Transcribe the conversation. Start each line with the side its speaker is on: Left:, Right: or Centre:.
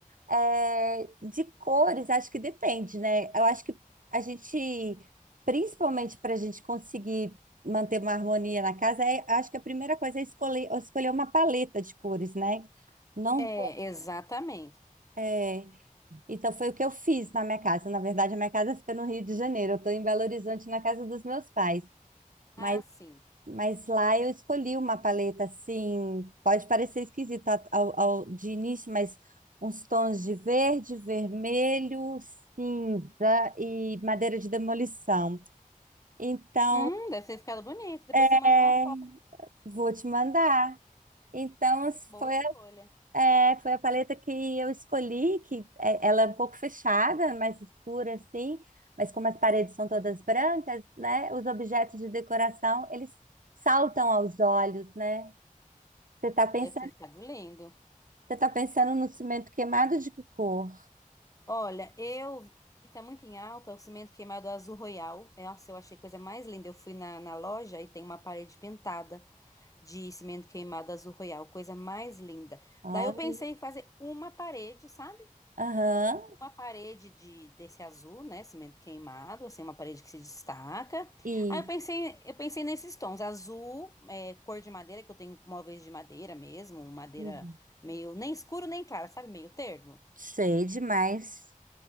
Right: É, de cores, acho que depende, né? Eu acho que a gente, principalmente para a gente conseguir manter uma harmonia na casa, é, acho que a primeira coisa é escolher, escolher uma paleta de cores, né? Não
Left: É, exatamente.
Right: É, então foi o que eu fiz na minha casa. Na verdade, a minha casa fica no Rio de Janeiro. Eu estou em Belo Horizonte, na casa dos meus pais.
Left: Ah,
Right: Mas,
Left: sim.
Right: mas lá eu escolhi uma paleta assim, pode parecer esquisito a- ao, ao- de início, mas uns tons de verde, vermelho, cinza e madeira de demolição. Então,
Left: Hum, deve ter ficado bonito. Depois
Right: é,
Left: você manda uma foto.
Right: vou te mandar. Então,
Left: Boa
Right: foi
Left: escolha.
Right: É, foi a paleta que eu escolhi, que é- ela é um pouco fechada, mais escura assim, mas como as paredes são todas brancas, né, os objetos de decoração, eles saltam aos olhos, né? Você tá pensando,
Left: Deve ter ficado lindo.
Right: você tá pensando no cimento queimado de que cor?
Left: Olha, eu vi que tá muito em alta o cimento queimado azul royal. Nossa, eu achei a coisa mais linda. Eu fui na, na loja e tem uma parede pintada de cimento queimado azul royal. Coisa mais linda.
Right: Olha,
Left: Daí eu pensei em fazer uma parede, sabe?
Right: aham,
Left: Uma parede de, desse azul, né? Cimento queimado, assim, uma parede que se destaca.
Right: isso.
Left: Aí eu pensei, eu pensei nesses tons, azul, é, cor de madeira, que eu tenho móveis de madeira mesmo, madeira
Right: Uhum.
Left: meio nem escuro nem clara, sabe? Meio termo.
Right: Sei demais.